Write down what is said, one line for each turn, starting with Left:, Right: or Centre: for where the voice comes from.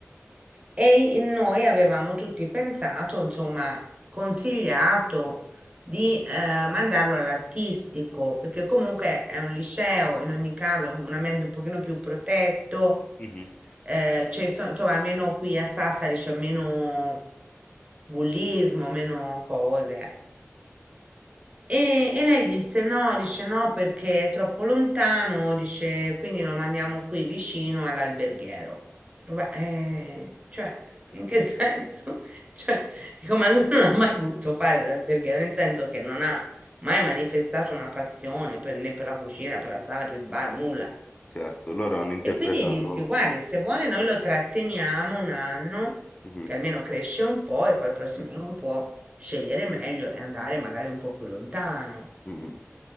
Right: e in- noi avevamo tutti pensato, insomma, consigliato di eh, mandarlo all'artistico, perché comunque è un liceo, in ogni caso, è un un ambiente un pochino più protetto,
Left: mh-mh,
Right: eh, c'è, so- insomma, almeno qui a Sassari c'è meno bullismo, meno cose. eh. E, e lei disse no, dice no perché è troppo lontano, dice quindi lo mandiamo qui vicino all'alberghiero. Ma, eh, cioè, in che <laughs> senso? Cioè, dico, ma lui non ha mai voluto fare l'alberghiero, nel senso che non ha mai manifestato una passione per, né per la cucina, per la sala, per il bar, nulla.
Left: certo, loro hanno interpretato
Right: E quindi dissi, guardi, se vuole noi lo tratteniamo un anno,
Left: mh-mh,
Right: che almeno cresce un po' e poi il prossimo anno può scegliere meglio e andare magari un po' più lontano.
Left: mh-mh.